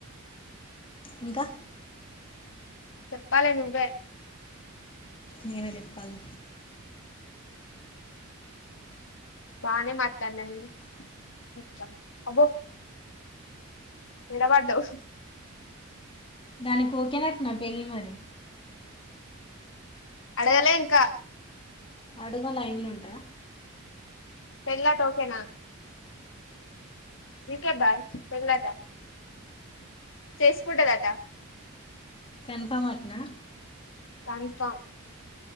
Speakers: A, on the left; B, on the left.
A: ఇంకా
B: చెప్పాల నువ్వ
A: నేనే చెప్పాలి
B: బానే మాట్లాడలే న అబో విడ పడదవు
A: దానికి కోకేనక్క నా పెళ్లిి మరి
B: అడగాల ఇంకా
A: అడుగ లైన్లు ఉంటా
B: పెళ్లిత ఓకేనా వికె బ పేలా దాఫ చేసుకుంటదట
A: కన్ఫామ్ అట్నా
B: పానీ స